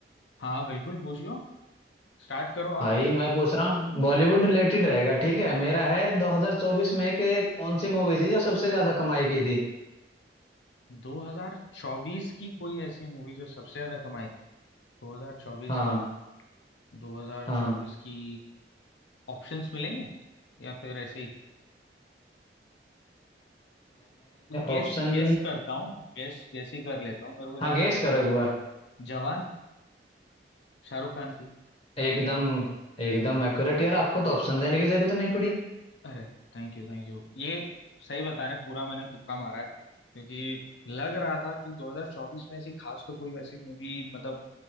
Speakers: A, on the left; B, on the left.
A: हाँ बिल्कुल पूछ लो स्टार्ट करो
B: भाई
A: आप
B: मैं पूछ रहा हूँ बॉलीवुड रिलेटेड रहेगा ठीक है मेरा है 2024 में एक एक कौन सी मूवी थी जो सबसे ज्यादा कमाई की थी
A: 2024 की कोई ऐसी मूवी जो सबसे ज्यादा कमाई थी 2024
B: हाँ
A: की 2024
B: हाँ
A: की ऑप्शंस मिलेंगे या फिर ऐसे ही गेस
B: ऑप्शन
A: गेस करता हूँ गेस गेस ही कर लेता हूँ मेरे को जहां
B: हाँ गेस
A: तक लग
B: करो
A: रहा
B: एक
A: है
B: बार
A: जवान शाहरुख खान की
B: एकदम एकदम एक्यूरेट यार आपको तो ऑप्शन देने की जरूरत नहीं पड़ी
A: अरे थैंक यू थैंक यू ये सही बताने पूरा मैंने तुक्का मारा है क्योंकि लग रहा था कि 2024 में ऐसी खास तो कोई वैसी मूवी मतलब